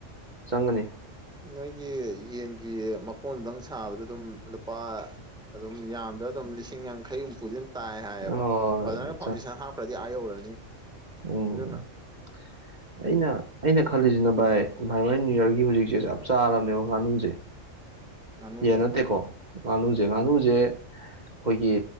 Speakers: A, on the right; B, in the centre.
A: ꯆꯪꯒꯅꯤ
B: ꯅꯪꯒꯤ ꯌꯦꯟꯒꯤ ꯃꯀꯣꯟꯗꯨꯗꯪ ꯁꯥꯕꯗ ꯑꯗꯨꯝ ꯂꯨꯄꯥ ꯑꯗꯨꯝ ꯌꯥꯝꯗ꯭ꯔ ꯑꯗꯨꯝ ꯂꯤꯁꯤꯡ ꯌꯥꯡꯈꯩ ꯍꯨꯝꯐꯨꯗꯤ ꯑꯗꯨꯝ ꯇꯥꯏ ꯍꯥꯏꯌꯦꯕ
A: ꯍꯣꯏ
B: ꯐꯖꯅ ꯐꯥꯎꯟꯗꯦꯁꯟ ꯍꯥꯞꯈ꯭ꯔꯗꯤ ꯑꯥ ꯌꯧꯔꯅꯤ
A: ꯑꯣꯝ
B: ꯑꯗꯨꯅ
A: ꯑꯩꯅ ꯑꯩꯅ ꯈꯜꯂꯤꯁꯤꯅ ꯚꯥꯏ ꯏꯟꯚꯥꯏꯃ ꯅꯅꯤꯌꯨ ꯌꯔꯒꯤ ꯍꯧꯖꯤꯛꯁꯦ ꯆꯞ ꯆꯥꯔꯕꯅꯦꯕ ꯉꯥꯅꯨꯁꯦ
B: ꯉꯥꯅꯨꯁꯦ
A: ꯌꯦꯟ ꯅꯠꯇꯦꯀꯣ ꯉꯥꯅꯨꯁꯦ ꯉꯥꯅꯨꯁꯦ ꯑꯩꯈꯣꯏꯒꯤ